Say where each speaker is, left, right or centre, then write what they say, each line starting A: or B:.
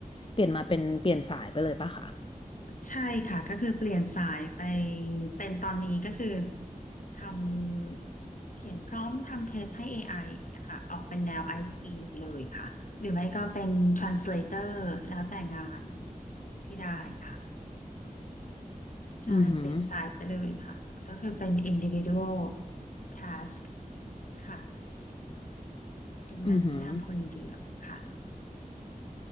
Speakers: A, on the left; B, on the left.
A: เปลี่ยนมาเป็นเปลี่ยนสายไปเลยปะคะ
B: ใช่ค่ะก็คือเปลี่ยนสายไปเป็นตอนนี้ก็คือทำเขียนพร้อมทำเทสให้ AI อไออย่างเงี้ยค่ะออกเป็นแนว i p เลยค่ะหรือไม่ก็เป็น translator แล้วแต่งานที่ได้ค่ะใช่เปลี่ยนสายไปเลยค่ะก็คือเป็น
A: อือหือ
B: individual task ค่ะเป็นงานที่ทำคนเดียวค่ะ
A: อือหือ